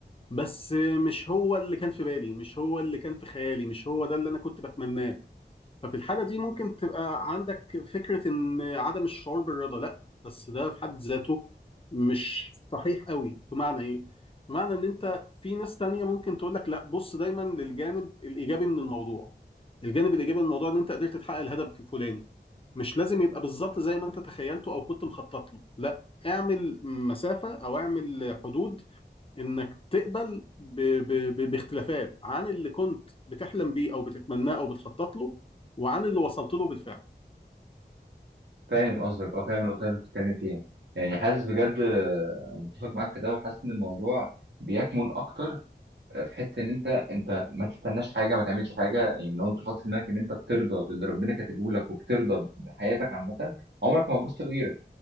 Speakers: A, on the left (about 30°); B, on the right (about 80°).
A: بس مش هو اللي كان في بالي مش هو اللي كان في خيالي مش هو ده اللي انا كنت بتمناه ففي الحالة دي ممكن تبقى عندك فكرة إن عدم الشعور بالرضا لأ بس ده في حد ذاته مش صحيح قوي بمعنى إيه؟ بمعنى إن أنت في ناس تانية ممكن تقول لك لأ بص دايما للجانب الإيجابي من الموضوع الجانب الإيجابي من الموضوع إن أنت قدرت تحقق الهدف الفلاني مش لازم يبقى بالظبط زي ما أنت تخيلته أو كنت مخطط له لأ اعمل مسافة أو اعمل حدود انك تقبل ب... ب... ب... باختلافات عن اللي كنت بتحلم بيه او بتتمناه او بتخطط له وعن اللي وصلت له بالفعل
B: فاهم قصدك اه فاهم النقطه اللي أنت بتتكلم فيها يعني حاسس بجد آه، متفق معاك في ده وحاسس ان الموضوع بيكمن اكتر آه، في حته ان انت انت ما تستناش حاجه ما تعملش حاجه يعني لو انت حاطط في دماغك ان انت بترضى باللي ربنا كاتبه لك وبترضى بحياتك عامه عمرك ما هتبص لغيرك